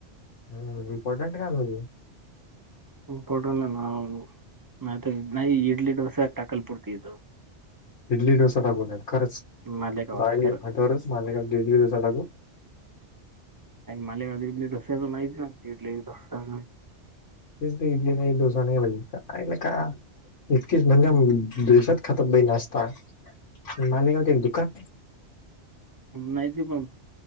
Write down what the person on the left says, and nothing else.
हम्म इम्पॉर्टंट काम हाय ते.
इडली डोसा टाकू नाहीतर खरंच
बाई
भटोरच <unintelligible> इडली डोसा टाकू.
तेच इथं इडली नाही, डोसा नाही भाई काय लेका. <unintelligible> दिवसां खतम भाई नाश्ता. मालेगावत एक दुकान नाही.